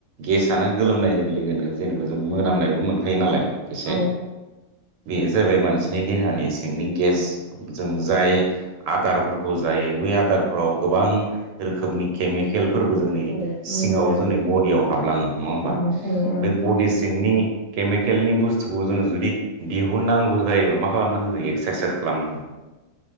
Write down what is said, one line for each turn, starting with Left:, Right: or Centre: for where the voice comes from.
Right: गेसानो गोलोमनाय लोगो लोगोनो। जेनेबा जों मोनामनायबो मोनखायो नालाय एसे
Centre: औ
Right: बे जाबाय मानसिनि देहानि सिंनि गेस जों जाय आदारफोरखौ जायो बे। आदारफ्राव गोबां रोखोमनि केमिकेल। फोरबो जोंनि
Centre: औ औ नंगौ औ मुलि
Right: सिङाव
Centre: आरि
Right: जोंनि बडियाव हाबलाङो नङा होमबा
Centre: हाबना थायो ओं
Right: बे बडि सिंनि। केमिकेलनि बुस्थुखौ जों जुदि दिहुननांगौ जायोबा मा खालामनांगोन जों एक्सारसाइस खालामनांगोन।